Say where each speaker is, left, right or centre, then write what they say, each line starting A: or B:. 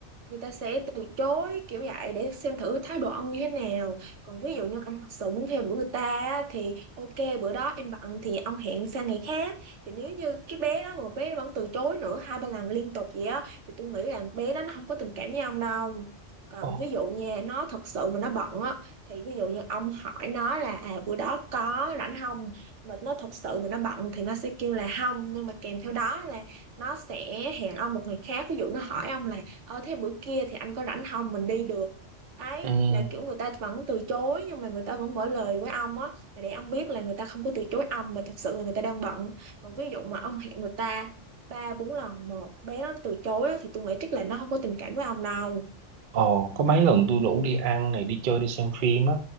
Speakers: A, on the right; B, on the right.
A: người ta sẽ từ chối kiểu vậy để xem thử thái độ ông như thế nào còn ví dụ như anh thật sự muốn theo đuổi người ta á, thì ok bữa đó em bận thì ông hẹn sang ngày khác thì nếu như cái bé đó mà bé nó vẫn từ chối nữa hai ba lần liên tục vậy á thì tôi nghĩ là bé đó nó không có tình cảm với ông đâu còn
B: Ồ,
A: ví dụ nha nó thật sự mà nó bận á thì ví dụ như ông hỏi nó là à bữa đó có rảnh không mà nó thật sự mà nó bận thì nó sẽ kêu là không nhưng mà kèm theo đó là nó sẽ hẹn ông một ngày khác ví dụ nó hỏi ông là ờ thế bữa kia thì anh có rảnh không mình đi được đấy
B: ừ.
A: là kiểu người ta vẫn từ chối nhưng mà người ta vẫn mở lời với ông á là để ông biết là người ta không có từ chối ông mà thật sự là người ta đang bận còn ví dụ mà ông hẹn người ta ba bốn lần một bé nó từ chối á, thì tôi nghĩ chắc là nó không có tình cảm với ông đâu
B: ồ có mấy lần tôi rủ đi ăn này đi chơi đi xem phim á